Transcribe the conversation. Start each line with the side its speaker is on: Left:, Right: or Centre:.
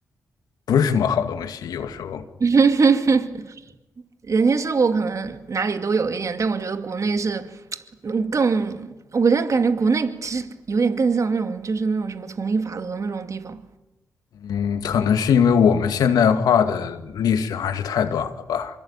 Left: 不是什么好东西。有时候，
Right: <laughs> 人情世故可能哪里都有一点，但我觉得国内是，嗯，更，我现在感觉国内其实有点更像那种，就是那种什么丛林法则那种地方。
Left: 嗯，可能是因为我们现代化的历史还是太短了吧？